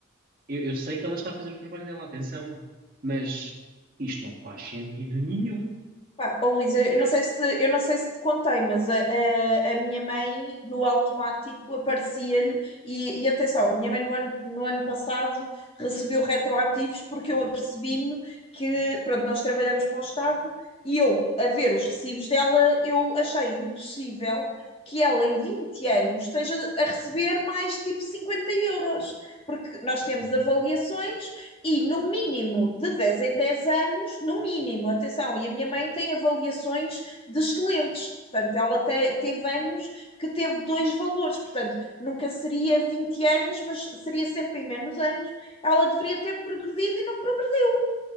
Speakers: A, on the right (about 45°); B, on the left (about 25°).
A: Eu, eu sei que ela está a fazer o trabalho dela, atenção, mas isto não faz sentido nenhum.
B: Pá, ó, Luísa, eu não sei se, eu não sei se te contei, mas a, a- a minha mãe no automático aparecia-lhe, e, e atenção, a minha mãe no ano, no ano passado recebeu retroativos porque eu apercebi-me que, pronto, nós trabalhamos para o Estado e eu, a ver os recibos dela, eu achei impossível que ela em 20 anos esteja a receber mais tipo 50 euros, porque nós temos
A: Uhum.
B: avaliações e no mínimo de 10 em 10 anos, no mínimo, atenção, e a minha mãe tem avaliações de excelentes. Portanto, ela te- teve anos que teve dois valores. Portanto, nunca seria 20 anos, mas seria sempre em menos anos. Ela deveria ter progredido e não progrediu.